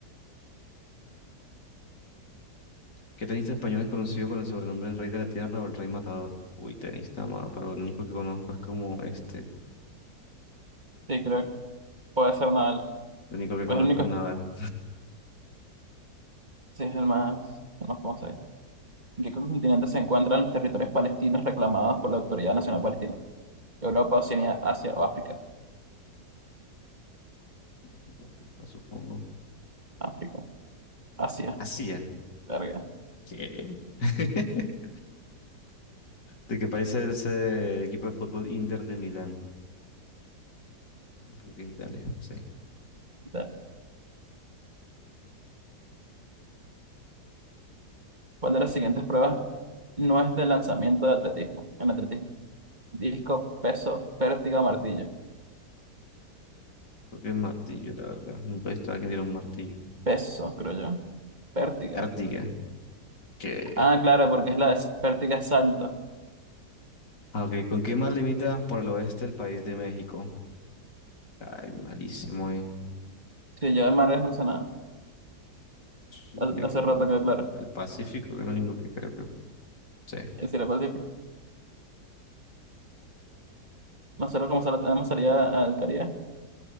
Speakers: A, on the left; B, on the right.
A: ¿Qué tenista español es conocido con el sobrenombre del Rey de la Tierra o el Rey Matador? Uy, tenista, ma, pero lo único que conozco es como este.
B: Sí, creo que puede ser nada.
A: Lo único que conozco
B: Es el único,
A: es Nadal.
B: sí, es el más, el más famoso. ¿En qué continente se encuentran los territorios palestinos reclamados por la Autoridad Nacional Palestina? Europa, Oceanía, Asia o África.
A: <laughs> Supongo.
B: África. Asia.
A: Así es.
B: Verga.
A: ¿Qué? <laughs> ¿De qué país es el equipo de fútbol Inter de Milán? Porque es Italia, sí.
B: Ver. ¿Cuál de las siguientes pruebas no es de lanzamiento de atletismo? En atletismo. Disco, peso, pértiga o martillo.
A: Porque el martillo, la verdad. Nunca he visto a alguien tirar un martillo.
B: Peso, creo yo. Pértiga.
A: Ártiga. ¿Qué?
B: Ah, claro, porque es la de pértiga es salto.
A: Ah, Ok, ¿con qué mar limita por el oeste el país de México? Ay, malísimo, eh.
B: Si yo de mares no sé nada.
A: Yo
B: Ha-
A: diría
B: Hace
A: que como
B: rato que claro.
A: el Pacífico, que es lo único que creo que sí.
B: Es decir, el Pacífico. Nosotros como sal- tenemos salida al Caribe.